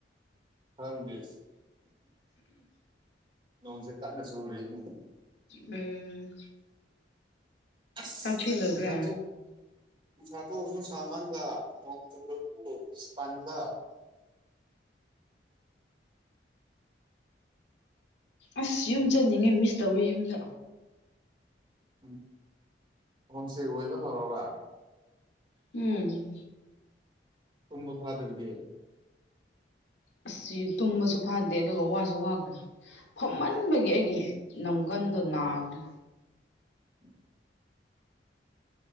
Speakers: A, on the right; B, on the left.
A: ꯈꯪꯗꯦ ꯅꯣꯡꯁꯦ ꯀꯟꯅ ꯆꯨꯔꯦꯅꯦ
B: ꯎꯝ
A: ꯑꯁ
B: ꯆꯥꯛꯇꯤ ꯂꯣꯏꯈ꯭ꯔꯦ
A: ꯅꯨꯡꯁꯥ ꯊꯣꯛ ꯅꯨꯡꯁꯥ ꯊꯣꯛꯑꯁꯨ ꯁꯥꯃꯟꯕ ꯅꯣꯡ ꯆꯨꯔꯁꯨ ꯄꯟꯕ
B: ꯑꯁ ꯌꯨꯝ ꯆꯠꯅꯤꯡꯉꯦ ꯃꯤꯁ ꯇꯧꯋꯤ ꯌꯨꯝꯗ
A: ꯎꯝ ꯍꯨꯝꯁꯦꯛ ꯑꯣꯏꯕ ꯍꯧꯔꯕ
B: ꯎꯝ
A: ꯇꯨꯝꯕ ꯐꯥꯗꯕꯒꯤ
B: ꯑꯁꯁꯤ ꯇꯨꯝꯕꯁꯨ ꯐꯗꯦ ꯑꯗꯨꯒ ꯋꯥꯁꯨ ꯋꯥꯒ꯭ꯔꯦ ꯐꯝꯃꯟꯕꯒꯤ ꯑꯩꯒꯤ ꯅꯝꯒꯟꯗꯣ ꯅꯥꯕꯅꯦ
A: ꯎꯝ